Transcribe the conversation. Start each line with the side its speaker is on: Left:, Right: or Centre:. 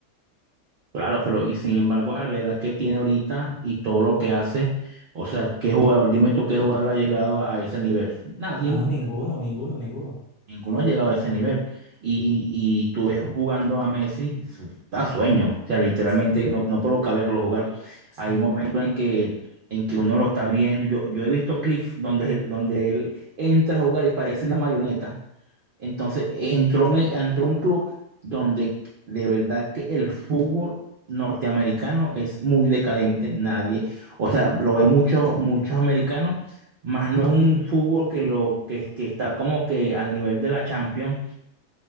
Right: Claro, pero y sin embargo, a la edad que tiene ahorita y todo lo que hace, o sea, ¿qué jugador? Dime tú qué jugador ha llegado a ese nivel. Nadie,
Left: No, ninguno, ninguno, ninguno.
Right: Ninguno ha llegado a ese nivel. Y, y tú ves jugando a Messi, su- da sueño. O sea, literalmente
Left: Sí,
Right: no, no provoca verlo jugar.
Left: sí.
Right: Hay momentos en que, en que uno lo está viendo. Yo, yo he visto clics donde, donde él entra a jugar y parece una marioneta. Entonces, entró, en- entró a un club donde de verdad que el fútbol norteamericano es muy decadente. Nadie, o sea, lo ve muchos, muchos americanos más no es un fútbol que lo que, que está como que al nivel de la Champions,